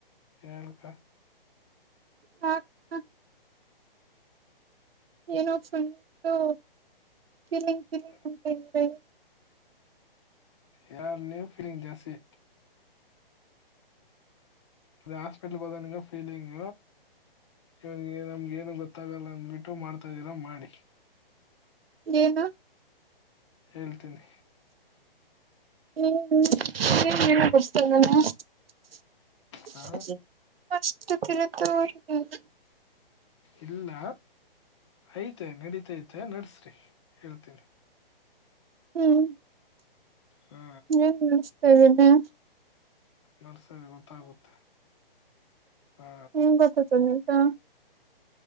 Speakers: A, on the left; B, on the right.
A: ಹೇಳ್ಕಾ
B: ಹ ಏನೋ ಫುಲ್ಲು ಗಿಮಿಕ್
A: ಹ <unintelligible>
B: ಹ <unintelligible>
A: ಯಾರ ನೀವುಫೀಂಗ್ ಜಸಿ ಇ ಹಾಸ್ಪಟಲ್ ಹೋದಾಗ ನಿನ್ಗ್ ಫೀಲಿಂಗ್ ಇವನ್ ನಮ್ಗ ಏನು ಗೊತ್ತಾಗಲ್ಲ ಅಂದ್ಬಿಟ್ಟು ಮಾಡ್ತಾ ಇದ್ದೀರಾ ಮಾಡಿ
B: ಏನು?
A: ಹೇಳ್ತೀನಿ.
B: ಹ್ಮ ಹ ನ ಕೊತಾನ <unintelligible>
A: ಹಾ
B: ಕಷ್ಟ <unintelligible>
A: ಇಲ್ಲ ಐತೆ ನಡೀತ ಐತೆ ನಡಸ್ರಿ ಹೇಳ್ತವ್ರಿ
B: ಹ್ಮ್
A: ಹಾ
B: ಹ್ಮ್ ನ್ತ <unintelligible>
A: ನಲ್ಸರಿ ಗೊತ್ತಾಗುತ್ತೆ ಹಾ
B: ಹ್ಮ ಗೊತ್ತತ ನೀತಾ